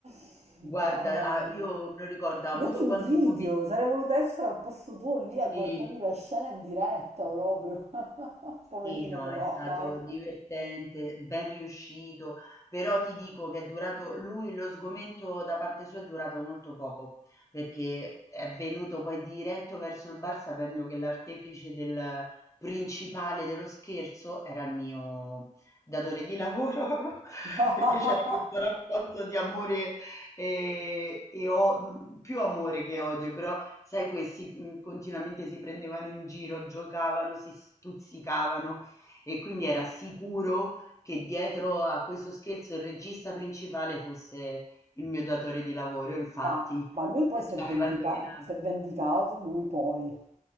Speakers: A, on the right (about 55°); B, on the left (about 25°).
A: <laughs>
B: Guarda,
A: Mamma
B: ah,
A: mia.
B: io me lo ricordo, ha
A: Io
B: avuto
A: ti invidio,
B: qualche momento
A: sarei voluta essere al posto tuo lì a guardarmi
B: sì.
A: la scena in diretta proprio. <laughs> Poverino
B: Sì, no,
A: però,
B: è stato
A: dai.
B: divertente, ben riuscito, però ti dico che è durato, lui lo sgomento da parte sua è durato molto poco, perché è venuto poi diretto verso il bar sapendo che l'artefice del principale dello scherzo era il mio datore di lavoro, <laughs>
A: <laughs>
B: perché c'era questo rapporto di amore e, e o- più amore che odio, però Sai questi, mhmm, continuamente si prendevano in giro, giocavano, si stuzzicavano e quindi era sicuro che dietro a questo scherzo il regista principale fosse il mio datore di lavoro, e infatti,
A: Ma, ma lui poi
B: ehm,
A: si
B: ci
A: è vendica-
B: aveva indovinato.
A: si è vendicato, lui poi.